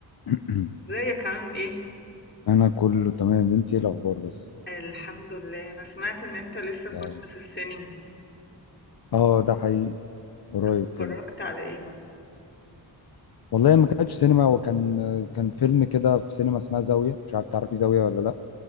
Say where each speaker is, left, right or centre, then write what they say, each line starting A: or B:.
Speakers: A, on the left; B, on the left.
A: <clears throat>
B: ازيك عامل ايه؟
A: انا كله تمام انتي إيه الاخبار بس
B: الحمد لله انا سمعت ان انت لسه كنت
A: يعني
B: في السينما
A: اه ده حقيقي قريب
B: طب اتفرجت
A: كده
B: على ايه بقى؟
A: والله ما كانتش سينما وكان كان فيلم كده في سينما اسمها زاوية مش عارف تعرفي زاوية ولا لا